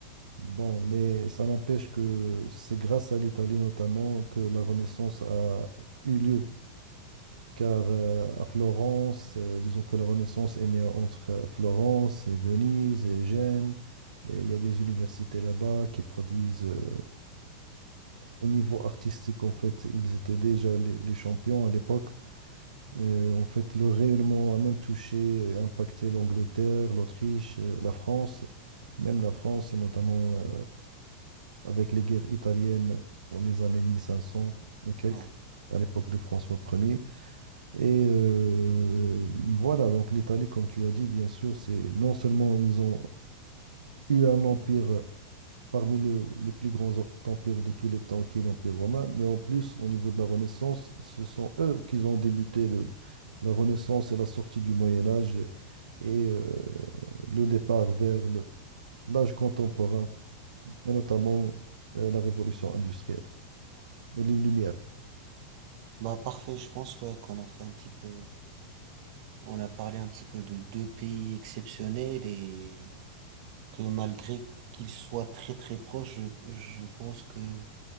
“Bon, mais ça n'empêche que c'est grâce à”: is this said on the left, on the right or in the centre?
Right